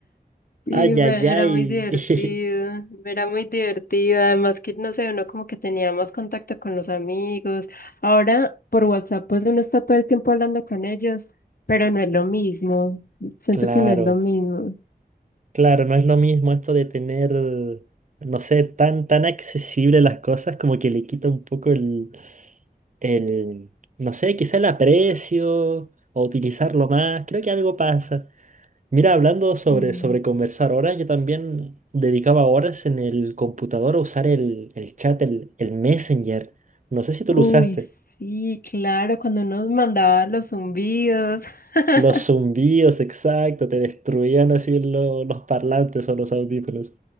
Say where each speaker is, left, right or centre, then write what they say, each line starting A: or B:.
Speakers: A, on the left; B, on the right.
A: Sí,
B: Ay,
A: bueno,
B: ay, ay.
A: era muy divertido,
B: <laughs>
A: era muy divertido, además que no sé, uno como que tenía más contacto con los amigos. Ahora por WhatsApp pues uno está todo el tiempo hablando con ellos, pero no es lo mismo, siento
B: Claro,
A: que no es lo mismo.
B: claro, no es lo mismo esto de tener, no sé, tan, tan accesible las cosas, como que le quita un poco el, el, no sé, quizá el aprecio o utilizarlo más. Creo que algo pasa. Mira, hablando sobre,
A: Mm.
B: sobre conversar horas, yo también dedicaba horas en el computador a usar el, el chat, el, el Messenger. No sé si tú
A: Uy,
B: lo usaste.
A: sí, claro, cuando nos mandaba los zumbidos. <laughs>
B: Los zumbidos, exacto, te destruían así lo- los parlantes o los audífonos.